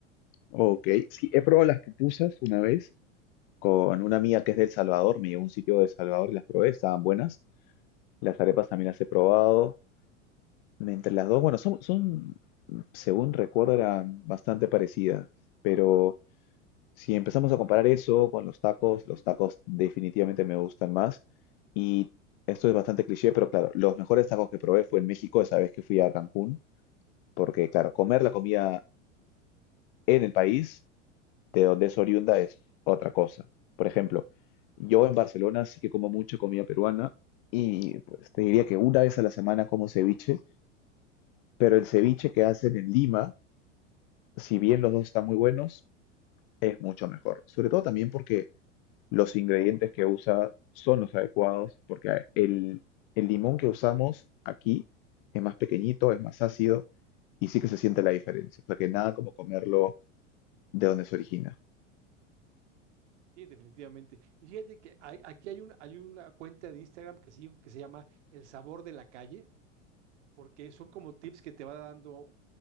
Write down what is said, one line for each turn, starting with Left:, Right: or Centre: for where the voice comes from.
Left: Ok, sí, he probado las pupusas una vez con una amiga que es de El Salvador, me llevó a un sitio de El Salvador y las probé, estaban buenas. Las arepas también las he probado. Entre las dos, bueno, son, son, según recuerdo, eran bastante parecidas, pero si empezamos a comparar eso con los tacos, los tacos definitivamente me gustan más. Y esto es bastante cliché, pero claro, los mejores tacos que probé fue en México esa vez que fui a Cancún, porque claro, comer la
Right: Ujú,
Left: comida en el país de donde es oriunda es otra cosa. Por ejemplo, yo en Barcelona sí que como mucha comida peruana y pues te diría que una vez a la semana como ceviche, pero el ceviche
Right: ujú,
Left: que hacen en Lima, si bien los dos están muy buenos, es mucho mejor. Sobre todo también porque los ingredientes que usa son los adecuados, porque a- el, el limón que usamos aquí es más pequeñito, es más ácido y sí que se siente la diferencia.
Right: ujú.
Left: O sea que nada como comerlo de donde se origina.
Right: Sí, definitivamente. Y fíjate que hay- aquí hay, un, hay una cuenta de Instagram que sigo que se llama El Sabor de la Calle, porque son como tips que te va dando